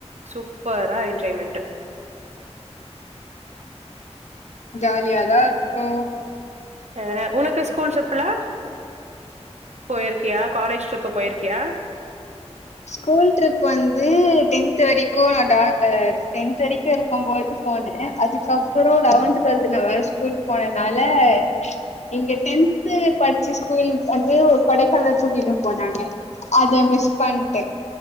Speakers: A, on the right (about 80°); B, on the left (about 80°).
A: சூப்பரா என்ஜாய்மெண்ட்டு
B: ஜாலியாதா இருக்கு
A: அ உனக்கு ஸ்கூல் ட்ரிப்லா போயிருக்கியா காலேஜ் ட்ரிப்பு போயிருக்கியா
B: ஸ்கூல் ட்ரிப் வந்து டென்த் வரைக்கு நா டா அ டென்த் வரைக்கு இருக்கும் போது போனே அதுக்கு அப்பறோ லெவன்த் டுவெல்த்து நா வேற ஸ்கூல்க்கு போனதுனால எங்க டென்து படுச்ச ஸ்கூல் வந்து கொடைக்கானல் கூட்டிட்டு போனாங்க அத மிஸ் பண்ட்டே